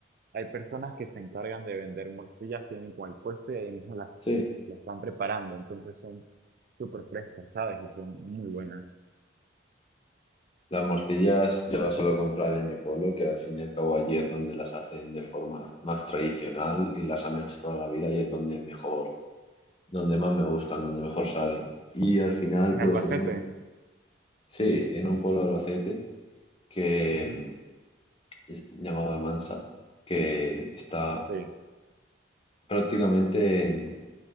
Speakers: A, on the right (about 50°); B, on the left (about 30°).
A: hay personas que se encargan de vender morcillas, tienen como el puesto y ahí mismo las,
B: sí.
A: las van preparando. Entonces son súper frescas, ¿sabes? Y son muy buenas.
B: Las morcillas yo las suelo comprar en mi pueblo, que al fin y al cabo allí es donde las hacen de forma más tradicional y las han hecho toda la vida y es donde mejor, donde más me gustan, donde mejor salen. Y al final,
A: En
B: pues
A: Albacete.
B: a mí me... Sí, en un pueblo de Albacete que
A: Ujú,
B: mm, es llamado Almansa, que está
A: Sí,
B: prácticamente en-